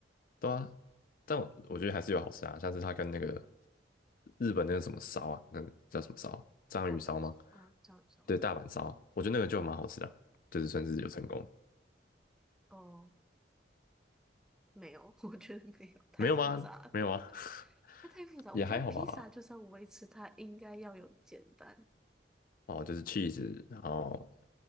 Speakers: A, on the left; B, in the centre.
A: 对啊，但我我觉得还是有好吃啊，像是它跟那个日本那个什么烧啊，那个叫什么烧啊？章鱼烧吗？
B: 大阪是哦，这样说
A: 对，大阪烧啊，我觉得那个就蛮好吃的，就是算是有成功。
B: 哦，哦没有，<laughs> 我觉得没有，太复杂了，
A: 没有吗？没有啊，<laughs>
B: 那太复杂。
A: 也还好吧。
B: 我觉得披萨就是要维持它应该要有简单，
A: 哦，就是 cheese，然后